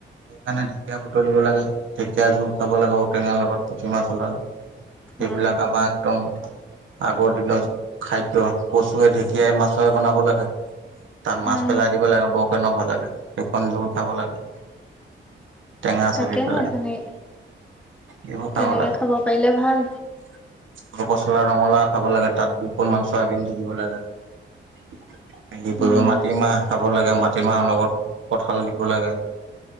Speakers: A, on the right; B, in the centre.
A: সেইকাৰণে ঢেকীয়া বুটলিব লাগে ঢেকীয়া জোল খাব লাগে ঔটেঙাৰ লগত পুঠি মাছ ওলালে সেইবিলাক
B: উম,
A: আমাৰ একদম আগৰ দিনত খাদ্য কচুৱে ঢেঁকীয়াই মাছৰে বনাব লাগে তাত মাছ
B: উম,
A: পেলাই দিব লাগে বৌকে ন ভজাকে সেইখন জোল খাব লাগে। টেঙা
B: তাকেহে
A: সহি পেলাই
B: তেনেকৈ
A: এইবোৰ
B: তেনেকৈ
A: খাব লাগে
B: পাৰিলে ভাল
A: কল পচলা ৰঙালাউ খাব লাগে তাত দুপন মান চয়াবিন দি দিব লাগে হেৰি
B: উম,
A: কৰিব মাটিমাহ খাব লাগে মাটিমাহৰ লগত কঠাল দিব লাগে।